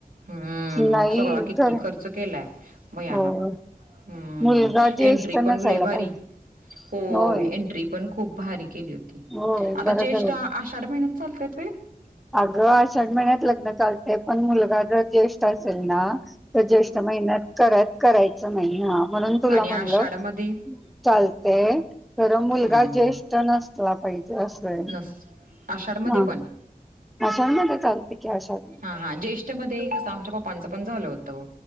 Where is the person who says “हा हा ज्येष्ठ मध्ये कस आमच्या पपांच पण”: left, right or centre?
Right